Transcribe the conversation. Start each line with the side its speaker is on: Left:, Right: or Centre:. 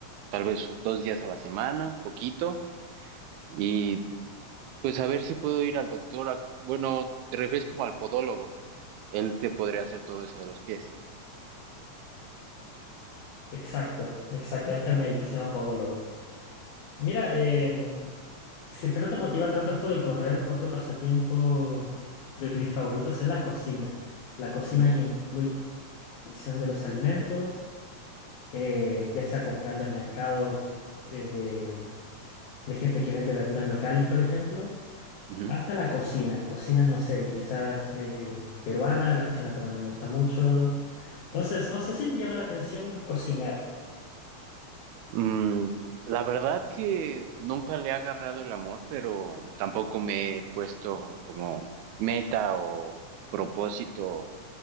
Right: tal vez dos días a la semana, un poquito, y pues a ver si puedo ir al doctor. a- bueno, te refieres como al podólogo. Él te podría hacer todo eso de los pies.
Left: Exacto, exacto. Ahí está el médico, se llama podólogo. Mira, em, si es que no te motiva tanto esto de correr, otro pasatiempo de mis favoritos es la cocina. La cocina
Right: Mm,
Left: que incluye la elección de los alimentos, eh, ya sea comprarlo en mercados eh, de, de gente que vende verduras locales, por ejemplo,
Right: ujú.
Left: hasta la cocina. Cocinas, no sé, quizás eh, peruana, la cocina peruana me gusta mucho. Entonces, no sé si te llama la atención cocinar.
Right: Mm, la verdad que nunca le he agarrado el amor, pero tampoco me he puesto como meta o propósito